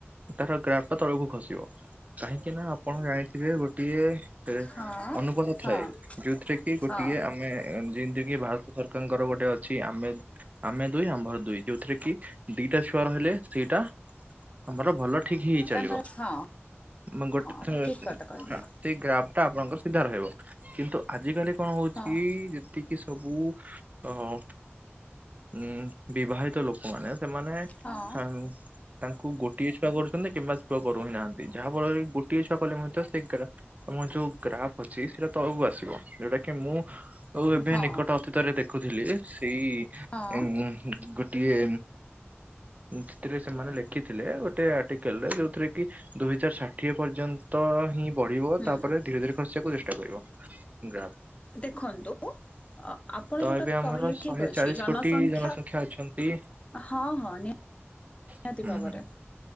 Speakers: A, on the right; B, on the left.
A: ତାର ଗ୍ରାଫଟ ତଳକୁ ଖସିବ। କାହିଁକି ନା ଆପଣ ଜାଣିଥିବେ ଗୋଟିଏ ରେ
B: ହଁ
A: ଅନୁପଦ
B: ହଁ
A: ଥାଏ ଯୋଉଥିରେ କି ଗୋଟିଏ
B: ହଁ
A: ଆମେ ଅ ଯେମିତି କିି ଭାରତ ସରକାରଙ୍କର ଗୋଟେ ଅଛି ଆମେ ଆମେ ଦୁଇ ଆମ୍ଭର ଦୁଇ ଯୋଉଥିରେ କି ଦିଟା ଛୁଆ ରହିଲେ ସେଇଟା ଆମର ଭଲ ଠିକ ହେଇ ଚାଲିବ।
B: ତାଙ୍କର ହଁ
A: ମ ଗୋଟେ
B: ହଁ
A: ତ ହ
B: ଠିକ କଥା କହିଲେ
A: ହଁ ସେଇ ଗ୍ରାଫ ଟା ଆପଣଙ୍କର ସିଧା ରହିବ। କିନ୍ତୁ ଆଜ କାଲି କଣ ହଉଛି
B: ହଁ
A: ଯେତିକି ସବୁ ଅ ଉଁ ବିବାହିତ ଲୋକମାନେ ସେମାନେ
B: ହଁ
A: ସାଂସ ତାଙ୍କୁ ଗୋଟିଏ ଛୁଆ କରୁଛନ୍ତି କିମ୍ବା ଛୁଆ କରୁ ହି ନାହାନ୍ତି ଯାହା ଫଳରେ କି ଗୋଟିଏ ଛୁଆ କଲେ ମଧ୍ୟ ସେ ଗ୍ରା ତମ ଯୋଉ ଗ୍ରାଫ୍ ଅଛି ସେଇଟା ତଳକୁ ଆସିବ ଯୋଉଟା କି ମୁଁ ଆଉ ଏବେ
B: ହଁ
A: ନିକଟ ଅତୀତରେ ଦେଖୁଥିଲି ସେଇ
B: ହଁ
A: ଉଁ ଗୋଟ୍ ଟିଏ ସେଥିରେ ସେମାନେ ଲେଖିଥିଲେ ଗୋଟେ ଆର୍ଟିକାଲରେ ଯୋଉଥିରେ କି ଦୁଇ ହଜାର ଷାଠିଏ ପର୍ଯ୍ୟନ୍ତ ହିଁ ବଢିବ
B: ହୁଁ
A: ତାପରେ ଧୀରେ ଧୀରେ ଖସିବାକୁ
B: ହୁଁ
A: ଚେଷ୍ଟା କରିବ ଗ୍ରାଫ୍।
B: ଦେଖନ୍ତୁ ଆପଣ
A: ତ
B: ଯୋଉଟା
A: ଏବେ ଆମର
B: କହିଲେ
A: ଶହେ
B: ଠିକ ଅଛି।
A: ଚାଳିଶ
B: ଏଇ ଜନସଂଖ୍ୟା
A: କୋଟି ଅଛନ୍ତି
B: ହଁ ହଁ ନିହା ହାତି
A: ହୁଁ
B: ଭାବରେ
A: ହୁଁ